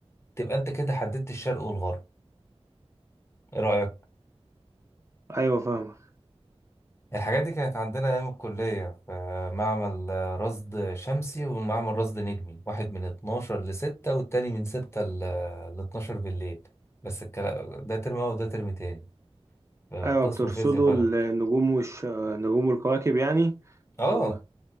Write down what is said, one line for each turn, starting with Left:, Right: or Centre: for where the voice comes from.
Left: تبقى انت كده حددت الشرق والغرب ايه رأيك
Right: ايوه فاهمك
Left: الحاجات دي كانت عندنا ايام الكلية في معمل آه، رصد شمسي ومعمل رصد نجمي واحد من 12 ل 6 والتاني من 6 ل ل 12 بالليل بس الكلام ده ترم اول وده ترم تاني آه،
Right: ايوه
Left: قسم
Right: بترصدوا
Left: فيزياء فلك
Right: النجوم والش... النجوم والكواكب يعني
Left: اه
Right: طب